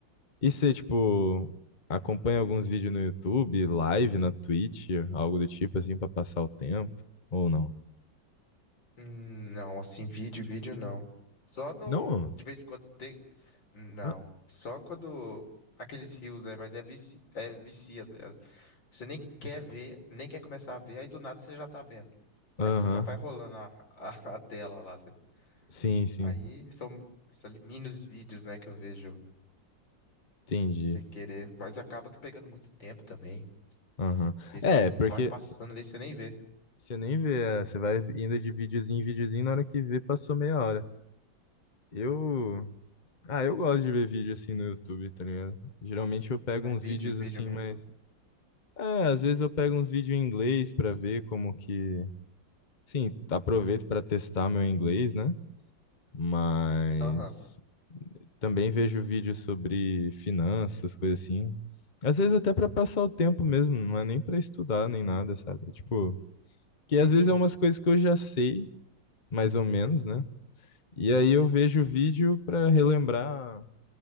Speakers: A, on the left; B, on the left.
A: E você, tipo, acompanha alguns vídeos no YouTube, live na Twitch, algo do tipo assim, pra passar o tempo? Ou não?
B: Hum, Não, assim, vídeo, vídeo não. Só no.
A: Não?
B: De vez em quando tem. Não.
A: Ah,
B: Só quando. Aqueles rios, né? Mas é, vici... é vicia, tá ligado? Você nem quer ver, nem quer começar a ver, aí do nada você já tá vendo.
A: Aham.
B: Aí você só vai rolando a, a, a tela lá. tá ligado?
A: Sim, sim.
B: Aí são, são ali, mini os vídeos, né? Que eu vejo
A: Entendi.
B: sem querer, mas acaba que pegando muito tempo também.
A: Aham.
B: E
A: É,
B: você
A: porque
B: vai passando
A: s-
B: ali, você nem vê.
A: você nem vê, é, você vai indo de videozinho em videozinho, na hora que vê, passou meia hora. Eu. Ah, eu gosto de ver vídeo assim no YouTube, tá ligado? Geralmente eu pego
B: Mas
A: uns
B: vídeo,
A: vídeos
B: vídeo
A: assim,
B: mesmo.
A: mas. É, às vezes eu pego uns vídeos em inglês pra ver como que. Sim, aproveito pra testar meu inglês, né? Mas.
B: Aham,
A: Também vejo vídeos sobre finanças, coisas assim. Às vezes até pra passar o tempo mesmo, não é nem pra estudar nem nada, sabe? É Tipo.
B: entendi.
A: Que às vezes é umas coisas que eu já sei, mais ou menos, né? E aí eu vejo o vídeo para relembrar,